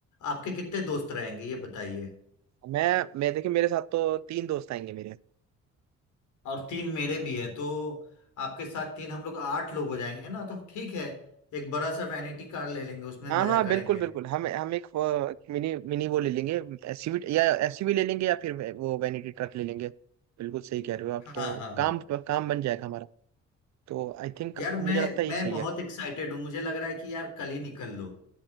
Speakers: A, on the left; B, on the right.
A: आपके कितने दोस्त रहेंगे ये बताइए
B: मैं मैं देखिए मेरे साथ तो तीन दोस्त आएंगे मेरे
A: और तीन मेरे भी है तो आपके साथ तीन हम लोग आठ लोग हो जाएंगे ना तो ठीक है एक बड़ा सा वैनिटी कार ले लेंगे उसमें
B: हाँ
A: मजा
B: हाँ बिल्कुल
A: करेंगे
B: बिल्कुल हम हम एक मिनी मिनी वो ले लेंगे एसयूवी या एसयूवी ले लेंगे या फिर वे- वो वैनिटी ट्रक ले लेंगे बिल्कुल सही कह रहे हो आप
A: हाँ
B: तो
A: हाँ
B: काम
A: हाँ
B: काम बन जाएगा हमारा तो आई थिंक
A: यार
B: मुझे
A: मैं
B: लगता है
A: मैं
B: ये सही
A: बहुत
B: है
A: एक्साइटेड हूँ मुझे लग रहा है कि यार कल ही निकल लो